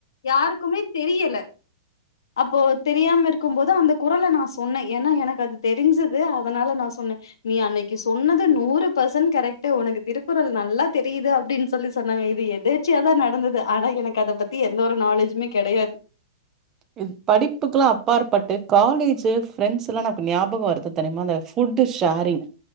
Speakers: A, on the left; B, on the right.
A: யாருக்குமே தெரியல அப்போ அது தெரியாம இருக்கு போது அந்த குறள நா சொன்னே ஏனா எனக்கு அது தெரிஞ்சது அதனால நா சொன்னே நீ அன்னைக்கி சொன்னது நூறு பெர்சன்ட் கரெக்ட்டு ஒனக்கு திருக்குறள் நல்லா தெரியுது அப்டின் சொல்லி சொன்னாங்க இது எதர்ச்சியாதா நடந்துது ஆனா எனக்கு அத பத்தி எந்த ஒரு நாலேஜுமே கெடையாது <inaudible>
B: இது படிப்புக்கெல்லா அப்பாற்பட்டு காலேஜு ஃப்ரெண்ட்ஸ் எல்லா நமக்கு ஞாபகோ வருது தெனைமு அந்த ஃபுட்டு ஷேரிங்